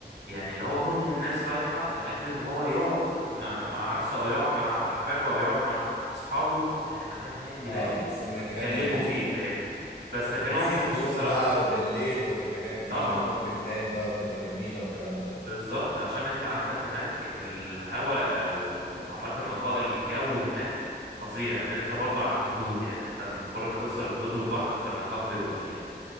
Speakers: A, on the right (about 85°); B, on the left (about 65°).
A: يعني اللي هو كل الناس رايحة لأجل إن هو يقعد مع, مع نفسه أو يقعد مع حبابه أو يقعد مع صحابه في مكان هادي
B: اه
A: رايق
B: في مكان
A: يتكلموا
B: هادي
A: فيه فاهمني بس لكن
B: وفي
A: هو مفهوش
B: نجوم
A: الصراحة
B: بقى وبالليل والحاجات دي
A: طبعا
B: نجوم بتبان بقى وتبقى جميلة والكلام ده
A: بالظبط عشان انت عندك هناك الهواء او ال- عامة نقاء الجو هناك فظيع ان انت برضو على الحدود يعني انت م- كل ما توصل للحدود والبحر فالنقاء بيبقى م- يعني